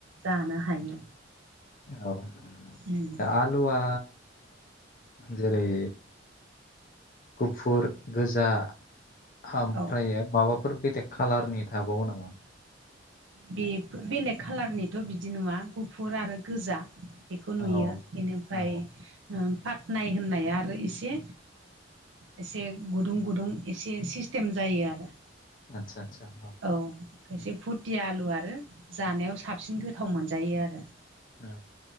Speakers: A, on the right; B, on the left.
A: जानो हायो।
B: औ
A: उम
B: दा आलुआ जेरै गुफुर गोजा ओमफ्र
A: औ
B: माबाफोर बेदे कालारनि थाबावो नामा?
A: बे बेलेग खाालारनिथ बिदि नङा गुफुर आरो गोजा बेखौ नुयो
B: औ
A: बेनिफ्राय
B: औ
A: फाटनाय होननाया आरो इसे एसे गुदुं गुदुं एसे सिस्टेम जायो आरो।
B: आतसा आसा
A: औ खायसे फुरथि आलु आरो जानायाव साबसिन गोथाव मोनजायो आरो।
B: औ आ